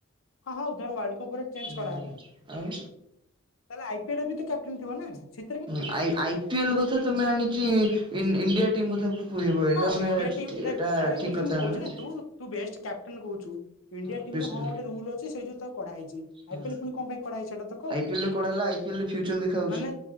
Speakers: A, on the left; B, on the right.
A: ହଁ ହଉ ଧର ୱାର୍ଲକପ ରେ ଚେଞ୍ଜ
B: ହୁଁ।
A: କରାହେଲା।
B: ଆଉ
A: ତାହେଲେ ଆଇ ପି ଏଲରେ ବି ତ କ୍ୟାପଟେନ ଥିବ ନାସେ
B: ହୁଁ ଆଇ ଆଇ ପି ଏଲ କଥା ତମେ ଆଣିଚ ଇ-ଇଣ୍ଡିଆ ଟିମ୍ କଥା କୁ ପୁରେଇବ ଏଇଟା
A: ହଁ
B: ମାନେ
A: ଇଣ୍ଡିଆ
B: ଠି
A: ଟିମ୍ ଦେଖ
B: ଏଇଟା
A: ଆରେ
B: ଠିକ
A: ଗୋଟେ
B: କଥାନ।
A: ମୁଁ କହୁଛି ନା ତୁ ତୁ ବେଷ୍ଟ କ୍ୟାପଟେନ୍ କହୁଛୁ? ଇଣ୍ଡିଆ ଟିମ
B: ଅଭିଅସଲି
A: ରେ ହଁ ଗଟେ ରୁଲ ଅଛି ସେଇ ଯଉ ତାକୁ କଢା ହେଇଛି ଆଇ
B: ହଁ
A: ପି ଏଲ ପୁଣି କଣ ପାଇଁ କଢା ହେଇଛି ସେଇଟା ତ କହ
B: ଆଇ ପି ଏଲ ରେ କୁଆଡେ ହେଲା ଆଇ ପି ଏଲରେ ଫ୍ୟୁଚର ଦେଖା ହଉଛି
A: ମାନେ